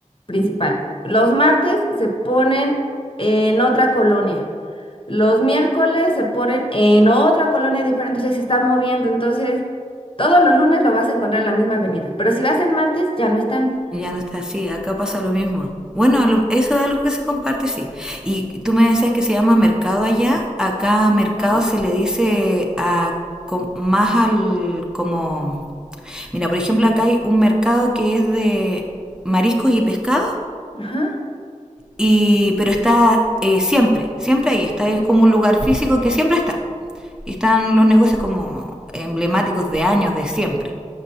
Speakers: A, on the left; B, in the centre.
A: principal. Los martes se ponen en otra colonia. Los miércoles se ponen en otra colonia diferente. O sea, se está moviendo. Entonces, todos los lunes lo vas a encontrar en la misma avenida. Pero si vas el martes, ya no están.
B: Ya no está así, acá pasa lo mismo. Bueno, lo- eso es algo que se comparte, sí. Y tú me decías que se llama mercado allá, acá mercado
A: Está-
B: se le dice a, com- más al como... Mira, por ejemplo, acá hay un mercado que es de mariscos y pescados,
A: Ajá.
B: y, pero está eh, siempre, siempre ahí, está, es como un lugar físico que siempre está. Y están los negocios como emblemáticos de años, de siempre.